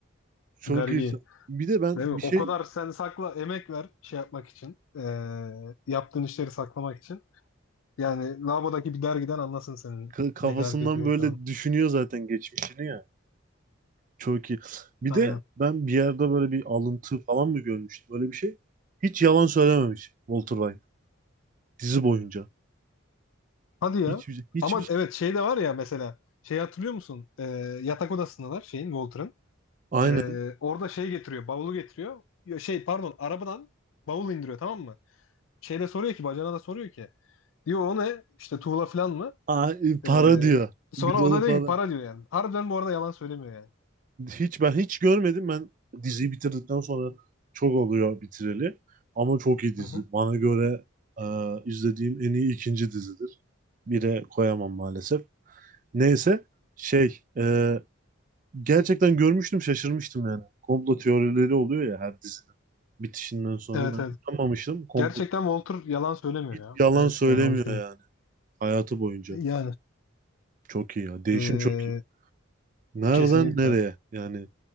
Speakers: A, on the right; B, on the left.
A: Çok
B: Dergi.
A: iyi. Bir de ben
B: Değil mi? O
A: bir şey
B: kadar sen sakla emek ver şey yapmak için. E, yaptığın işleri saklamak için. Yani lavabodaki bir dergiden anlasın senin
A: Ka- kafasından
B: ne kadar kötü bir insanın.
A: böyle düşünüyor zaten geçmişini ya. Çok iyi. Bir
B: Aynen.
A: de ben bir yerde böyle bir alıntı falan mı görmüştüm böyle bir şey. Hiç yalan söylememiş Walter White dizi boyunca.
B: Hadi ya.
A: Hiçbir hiçbir
B: Aman
A: şey,
B: evet şey de var ya mesela. Şey hatırlıyor musun? Ee, yatak odasındalar şeyin Walter'ın.
A: aynen.
B: Ee, orada şey getiriyor. Bavulu getiriyor. Ya Şey pardon arabadan bavul indiriyor tamam mı? Şeyde soruyor ki bacana da soruyor ki. Diyor o ne? İşte tuğla falan mı?
A: Aa, e, para
B: Ee,
A: diyor.
B: sonra
A: Bir dolu
B: o da diyor
A: para.
B: ki para diyor yani. Harbiden bu arada yalan söylemiyor yani.
A: Hiç ben hiç görmedim. Ben diziyi bitirdikten sonra çok oluyor bitireli. Ama çok iyi dizi.
B: Hı hı.
A: Bana göre e, izlediğim en iyi ikinci dizidir. Bire koyamam maalesef. Neyse şey e, Gerçekten görmüştüm, şaşırmıştım yani. Komplo teorileri oluyor ya her dizinin bitişinden sonra.
B: Evet
A: Ben
B: evet.
A: inanmamıştım. Komplo
B: Gerçekten Walter yalan söylemiyor
A: hiç
B: ya.
A: yalan
B: Evet
A: söylemiyor
B: yani onu düşünüyorum.
A: yani hayatı boyunca.
B: Yani
A: Çok iyi ya. Değişim
B: ee,
A: çok iyi. Nereden
B: kesinlikle.
A: nereye? Yani